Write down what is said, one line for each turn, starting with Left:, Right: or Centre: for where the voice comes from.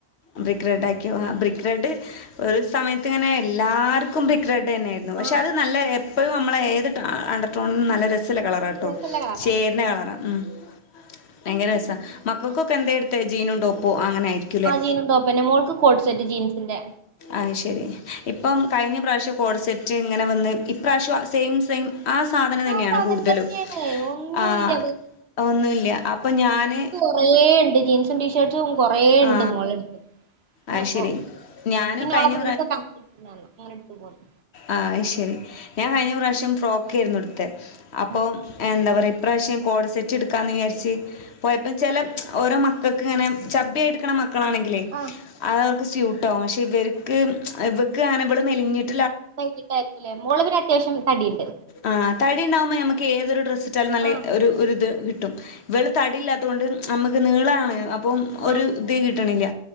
Left: ബ്രിക്ക് റെഡ് ആക്കിയോ ആ ബ്രിക്ക് റെഡ് ഒരു സമയത്ത് ങ്ങനെ എല്ലാർക്കും ബ്രിക്ക് റെഡ് ന്നെ പക്ഷെ
Right: ആ
Left: അത് നല്ല എപ്പഴും നമ്മളെ ഏത് അണ്ടർ ടോണിനും നല്ല രസ ത്ത്‌ല്ലേ കളറാട്ടോ
Right: രസള്ള കളറാ
Left: ചേര്ന കളറാ ഉം ഭയങ്കര രസാ മക്കക്കൊക്കെ എന്തെയിട്ത്ത്തെ ജീനും ടോപ്പും അങ്ങനെ ആയിരിക്കുല്ലേ
Right: ജീനും ടോപ്പോന്നെ മോൾക്ക് കോട് സെറ്റ് ജീൻസിന്റെ
Left: അഹ് ശരി ഇപ്പം കഴിഞ്ഞ പ്രാവിശ്യം കോഡ് സെറ്റ് ങ്ങനെ വന്ന് ഇപ്രാവിശ്യം സെയിം സെയിം ആ സാധനം
Right: ആ
Left: തന്നെയാണ്
Right: സാധനം
Left: കൂടുതലും
Right: തന്നെയാണ് ഒന്നുല്ല
Left: ആഹ് ഒന്നുല്ല അപ്പം ഞാന്
Right: കൊറെ ണ്ട് ജീൻസും ടീഷർട്ടും കൊറെ
Left: ആ
Right: ണ്ട് മോളെ ട്ത്ത് ഞാ
Left: അത്
Right: പ്പോ
Left: ശരി ഞാൻ
Right: പിന്നെ
Left: കഴിഞ്ഞ
Right: ഓളെ ഫ്രണ്ട്സൊക്കെ അങ്ങനെ ട് ത്ത് പോന്നു
Left: ആഹ് അഹ് ശരി ഞാൻ കഴിഞ്ഞ പ്രാവിശ്യം ഫ്രോക്കെ യിരുന്നു ട്ത്തെ അപ്പോ
Right: ആ
Left: എന്താ പറ പ്രാവിശ്യം കോഡ്സെറ്റ് ട്ക്കാന്ന് വിചാരിച്ച് പോയപ്പം ച്ചെല ഓരോ മക്കക്ക് ങ്ങനെ ചബിയെട്ക്ക്ണ മക്കളാണെങ്കിലേ
Right: ആ
Left: അതൊക്കെ സ്യൂട്ടാകും പക്ഷെ ഇവർക്ക് ഇവെക്ക് അങ്ങനെ ഇവള് മെലിഞ്ഞിട്ട്
Right: വൈകിട്ടായ്ര്കുല്ലേ മോള് പിന്നെ അത്യാവശ്യം തടിയ്ണ്ട്
Left: ആഹ് തടി ണ്ടാവുമ്പോ നമ്മക്ക് ഏതൊരു ഡ്രസ്സിട്ടാലും നല്ല
Right: ആഹ്
Left: ഒരു ഇത് കിട്ടും വെള് തടില്ലാത്തോണ്ട് നമ്മക്ക് നീളാണ് അപ്പം ഒരു
Right: ആഹ്
Left: ഇത് കിട്ട്ണില്ല